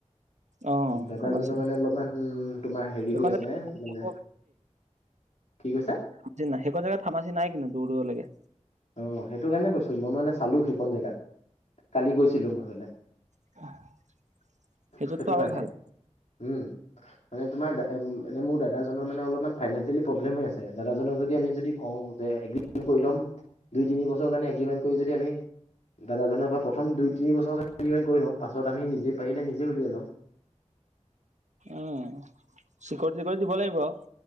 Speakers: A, on the right; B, on the left.
A: অ
B: দাদাজনো
A: ফাৰ্মাচী
B: মানে অলপমান তোমাৰ হেৰি
A: সেইখন
B: হৈ আছে মানে
A: জেগাত
B: কি কৈছা?
A: <unintelligible> সেইকণ জেগাত ফাৰ্মাচী নাই কিন্তু দূৰ দূৰলৈকে।
B: অ সেইটো কাৰণে কৈছো মই মানে চালো সেইকণ জেগাত কালি গৈছিলো মই ওলাই।
A: সেইটোতটো
B: সেইটো
A: আৰু
B: কাৰণে
A: ভাল।
B: উম মানে তোমাৰ এনে মোৰ দাদাজনৰ মানে অলপমান ফাইনেনচিয়েলি প্ৰব্লেম হৈ আছে দাদাজনক যদি আমি যদি কওঁ যে এগ্ৰিমেণ্টটো কৰি লম দুই তিনি বছৰ সেইটো কাৰণে এগ্ৰিমেণ্ট কৰি যদি আমি দাদাজনৰ পৰা প্ৰথম দুই, তিনি বছৰ মান কৰি লওঁ পাছত আমি নিজে পাৰিলে নিজে উলিয়াই লম।
A: উম, শিখৰ তিখৰ দিব লাগিব আ,